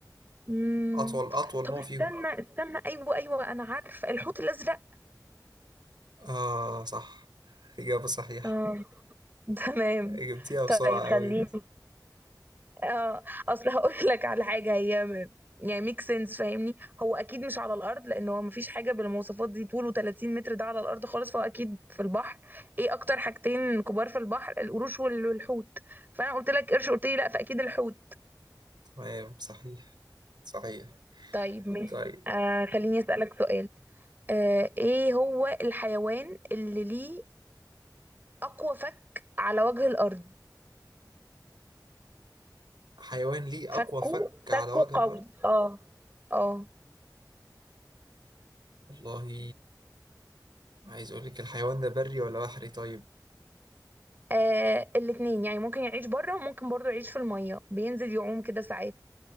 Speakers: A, on the right; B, on the right.
A: مم.
B: أطول أطول نوع
A: طب استنى
B: فيهم
A: استنى أيوه أيوه أنا عارفة الحوت الأزرق
B: آه صح إجابة صحيحة
A: اه <laughs> تمام
B: جبتيها بسرعة
A: طيب خليني
B: أوي أنت.
A: اه اصل هقول <laughs> لك على حاجه هي م- يعني ميك سنس فاهمني هو اكيد مش على الارض لان هو مفيش حاجه بالمواصفات دي طوله 30 متر ده على الارض خالص فهو اكيد في البحر ايه اكتر حاجتين كبار في البحر القروش وال- والحوت فانا قلت لك قرش قلت لي لا فاكيد الحوت
B: تمام صحيح صحيح
A: طيب ماشي
B: طيب
A: آه خليني اسالك سؤال آه ايه هو الحيوان اللي ليه اقوى فك على وجه الارض
B: حيوان ليه
A: فكه
B: أقوى فك على
A: فكه
B: وجه
A: قوي
B: الأرض
A: اه اه
B: والله عايز أقول لك الحيوان ده بري ولا بحري طيب
A: آه الاتنين يعني ممكن يعيش بره وممكن برضو يعيش في المية بينزل يعوم كده ساعات